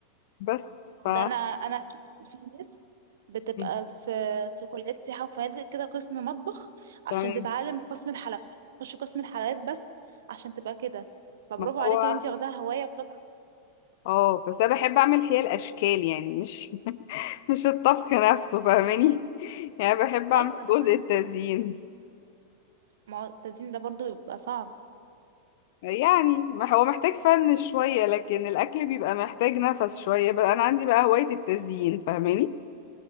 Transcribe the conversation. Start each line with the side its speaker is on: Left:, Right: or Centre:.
Left: بس ف
Right: ده انا انا في ناس بتبقى
Left: مم.
Right: في في كليات سياحه وفنادق كده قسم مطبخ عشان
Left: تمام
Right: تتعلم قسم الحلويات تخش قسم الحلويات بس عشان تبقى كده فبرافو
Left: ما
Right: عليكي
Left: هو
Right: ان انت واخداها هوايه وقطع
Left: اه بس انا بحب اعمل هي الاشكال يعني مش <laughs> مش الطبخ نفسه فاهماني <laughs> يعني بحب اعمل
Right: ايوه انا
Left: جزء
Right: فاهمه
Left: التزيين
Right: ما هو التزيين ده برضو بيبقى صعب
Left: يعني ما هو محتاج فن شوية لكن الأكل بيبقى محتاج نفس شوية بقى أنا عندي بقى هواية التزيين فاهماني